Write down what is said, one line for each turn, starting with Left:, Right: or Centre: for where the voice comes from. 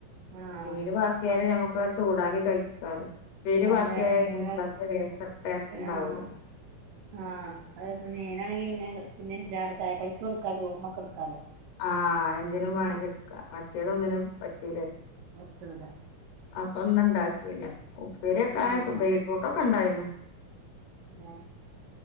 Right: ആഹ്
Left: ഏത് ബാക്കിയാലും ഞമ്മക്ക് ചൂടാക്കി കഴിക്കാറ് ഉപ്പേരി
Right: അതെ
Left: ബാക്കിയായാലും
Right: മീന്
Left: <unintelligible> ടേസ്റ്റ് ഉണ്ടാവില്ല
Right: ആഹ് ആഹ് അത് മീനാണെങ്കി പിന്നെ പിന്നെ ചായക്കടക്ക് കൊടുക്കാ ചോർമൊക്കെ എടുക്കാലോ
Left: ആഹ് എന്തിനും വേണമെങ്കിൽ എടുക്ക മറ്റേത് ഒന്നിനും പറ്റൂല
Right: റ്റൂല
Left: അപ്പൊ ഒന്നും ഉണ്ടാക്കില ഉപ്പിരിക്കെന
Right: ഏഹ്
Left: ബീറ്റ്റൂട്ടോക്കെ ഉണ്ടായിരുന്നു
Right: ഏഹ്